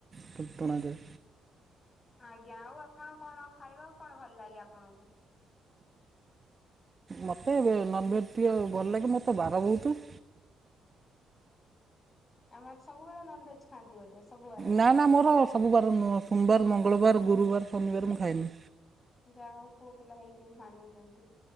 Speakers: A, on the right; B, on the left.
A: ଟ ଟଣାଯାଏ।
B: ଆଜ୍ଞା ଆଉ ଆପଣ କଣ ଖାଇବାକୁ କଣ ଭଲ ଲାଗେ ଆପଣଙ୍କୁ?
A: ମତେ ଏବେ ନନ୍ ଭେଜ୍ ଟିକେ ଭଲ ଲାଗେ ମୋର ତ ବାର ବହୁତୁ।
B: <unintelligible> ସବୁବେଳେ ନନଭେଜ୍। ଖାନ୍ତି ବୋଧେ ସବୁ ବାରରେ
A: ନା ନା ମୋର ସବୁ ବାର ନୁଅ ସୋମବାର, ମଙ୍ଗଳବାର, ଗୁରୁବାର, ଶନିବାର ମୁଁ ଖାଏନି।
B: ଯାଆ ହଉ ପୁଅ ପିଲା ହେଇକି ବି ମାନୁଚନ୍ତି।